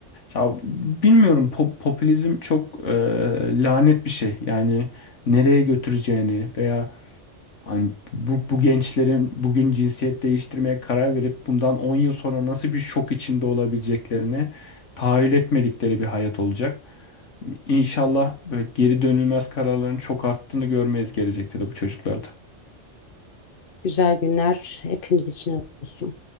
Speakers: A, on the left; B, on the left.
A: Ya bilmiyorum pop- popülizm çok e, lanet bir şey. Yani nereye götüreceğini veya Hani bu, bu gençlerin bugün cinsiyet değiştirmeye karar verip bundan 10 yıl sonra nasıl bir şok içinde olabileceklerini tahayyül etmedikleri bir hayat olacak. İnşallah böyle geri dönülmez kararların çok arttığını görmeyiz gelecekte de bu çocuklarda.
B: Güzel günler hepimiz için olsun.